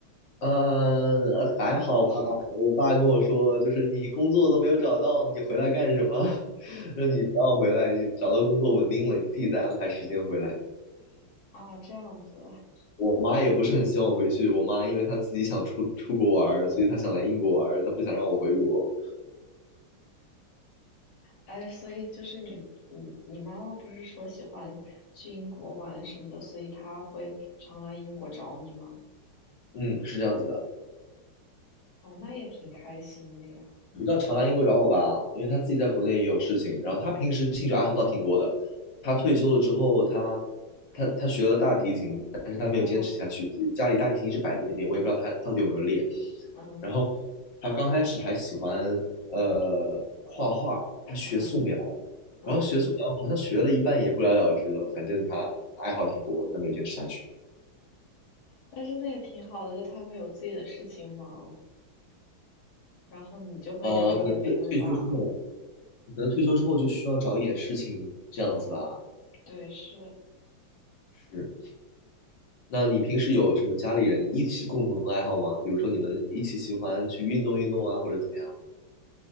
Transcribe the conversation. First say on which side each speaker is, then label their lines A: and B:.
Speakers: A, on the left; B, on the left.
A: 呃，
B: 还好
A: 还好吧。
B: <laughs>
A: 我爸跟我说，就是你工作都没有找到，你回来干什么？<laughs> 说你不要回来，你找到工作稳定了，你自己再安排时间回来。
B: 啊，这样子，
A: 我妈也不是很希望我回去。我妈因为她自己想出出国玩儿，所以她想来英国玩儿，她不想让我回国。
B: 哎，所以就是你你你妈妈不是说喜欢去英国玩什么的，所以她会常来英国找你吗？
A: 嗯，是这样子的。
B: 哦，那也挺开心的呀，
A: 你到常来英国找我吧，因为他自己在国内也有事情。然后他平时兴趣爱好倒挺多的。他退休了之后，他他他学了大提琴，但是他没有坚持下去，
B: 哇，
A: 所以家里大提琴一直摆在那边，我也不知道他到底有没有练。
B: 嗯
A: 然后他刚开始还喜欢呃画画，他学素描，
B: 嗯嗯，
A: 然后学素描好像学了一半也不了了之了，反正他爱好挺多的，但没有坚持下去。
B: 但是那也挺好的，就他们有自己的事情忙，然后你就会压力也没那么大。
A: 呃，可能退退休之后，可能退休之后就需要找一点事情这样子吧。
B: 对，是
A: 是。那你平时有什么家里人一起共同的爱好吗？比如说你们一起喜欢去运动运动啊，或者怎么样？